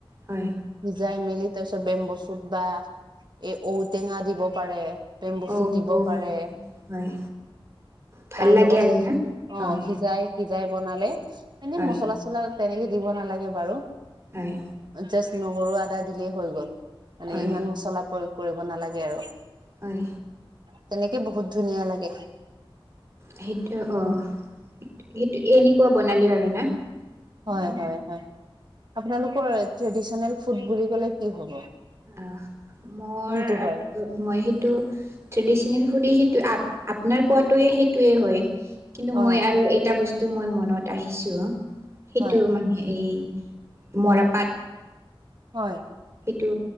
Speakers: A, on the right; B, on the right.
A: হয়
B: সিজাই মেলি তাৰ পিছত বেম্ব চুত বা এই ঔটেঙা দিব পাৰে প্ৰেম বস্তু
A: অ',
B: দিব
A: অ',
B: পাৰে
A: হয়, ভাল
B: তাৰ
A: লাগে
B: লগত
A: আৰু না?
B: অ'
A: হয়।
B: সিজাই সিজাই বনালে এনে
A: হয়,
B: মছলা চছলা তেনেকে দিব নালাগে বাৰু
A: হয়
B: জাষ্ট নহৰু আদা দিলেই হৈ গ'ল মানে
A: হয়,
B: ইমান মছলা প্ৰয়োগ কৰিব নালাগে আৰু
A: হয়,
B: তেনেকে বহুত ধুনীয়া লাগে
A: সেইটো অ' সেইটো এনেকুৱা বনালোঁ আৰু না
B: হয়
A: মানে
B: হয় হয় আপোনালোকৰ ট্ৰেডিচনেল ফুড বুলি ক'লে কি হ'ব
A: আ মোৰ
B: কোনটো হয়
A: মই সেইটো ট্ৰেডিচনেল ফুডেই সেইটো আপোনাৰ কোৱাটোয়ে সেইটোৱে হয় কিন্তু
B: হয়
A: মই আৰু এটা বস্তু মই মনত আহিছো সেইটো
B: হয়
A: মানে এই মৰাপাট
B: হয়
A: সেইটো